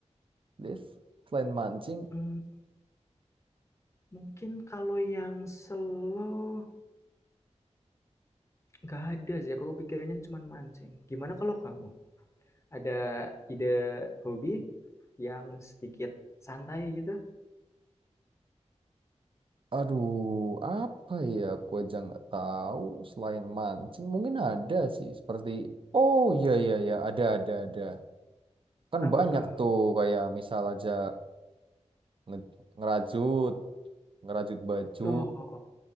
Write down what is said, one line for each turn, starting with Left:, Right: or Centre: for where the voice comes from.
Right: Liv? Selain mancing,
Left: Mmm, mungkin kalau yang slow nggak ada sih aku kepikirannya cuman mancing. Gimana kalau kamu? Ada ide hobi yang sedikit santai gitu?
Right: aduh, apa ya? Aku aja nggak tahu. Selain mancing, mungkin ada sih. Seperti, oh iya iya iya, ada ada ada. Kan
Left: Apa
Right: banyak
Left: tuh?
Right: tuh kayak misal aja nge- ngerajut, ngerajut baju,
Left: Oh,